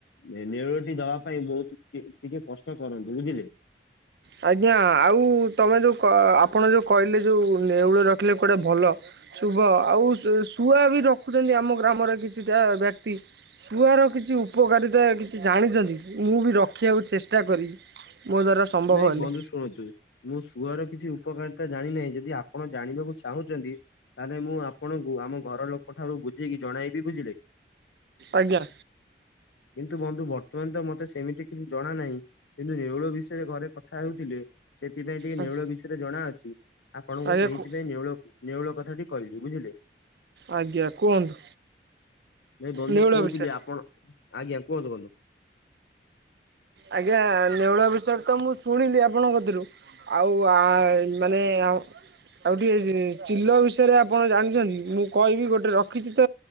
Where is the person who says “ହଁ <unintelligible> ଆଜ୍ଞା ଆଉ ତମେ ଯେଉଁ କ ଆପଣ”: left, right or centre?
Right